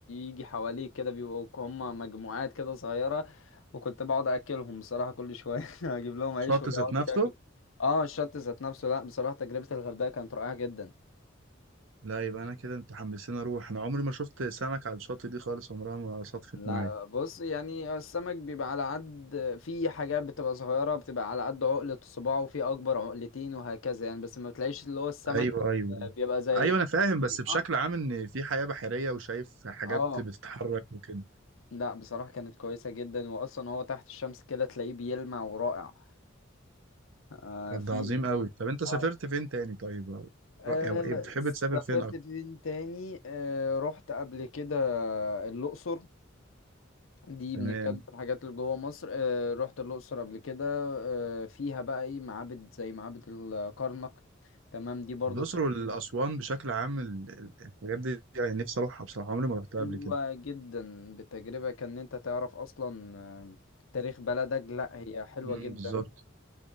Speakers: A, on the left; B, on the right.
A: يجي حواليه كده بيبقوا هم مجموعات كده صغيره وكنت بقعد اكلهم بصراحه كل شويه <laughs> اجيب لهم عيش
B: شط
A: ويقعدوا
B: ذات نفسه
A: ياكلوا اه الشط ذات نفسه لا بصراحه تجربه الغردقه كانت رائعه جدا
B: لا يبقى انا كده انت حمسني اروح انا عمري ما شفت سمك على الشط دي خالص عمرها ما صدفت
A: لا
B: معايا
A: بص يعني السمك بيبقى على قد في حاجات بتبقى صغيرة بتبقى على قد عقلة صباعه وفي أكبر عقلتين وهكذا يعني بس ما بتلاقيش اللي هو السمك
B: ايوه ايوه
A: اللي
B: ايوه
A: بيبقى زي
B: ايوه انا فاهم بس بشكل
A: اه
B: عام ان في حياة بحرية وشايف حاجات
A: اه
B: بتتحرك وكده
A: لا بصراحة كانت كويسة جدا وأصلا هو تحت الشمس كده تلاقيه بيلمع ورائع آه
B: طب
A: في
B: ده عظيم
A: الحاجة
B: قوي طب انت سافرت
A: اه
B: فين تاني طيب او
A: آه،
B: او ايه بتحب تسافر
A: سافرت
B: فين اكتر
A: فين تاني آه رحت قبل كده الأقصر دي بنتكلم
B: تمام
A: في الحاجات اللي جوه مصر آه، رحت الأقصر قبل كده آه، فيها بقى ايه معابد زي معابد الكرنك تمام دي برضو
B: الاقصر
A: التجربة
B: والاسوان بشكل عام ال- ال- الحاجات دي يعني نفسي اروحها بصراحة عمري ما رحتها
A: حلوة
B: قبل كده
A: جدا بتجربة كان انت تعرف اصلا آه، تاريخ بلدك لا هي حلوة
B: امم
A: جدا
B: بالظبط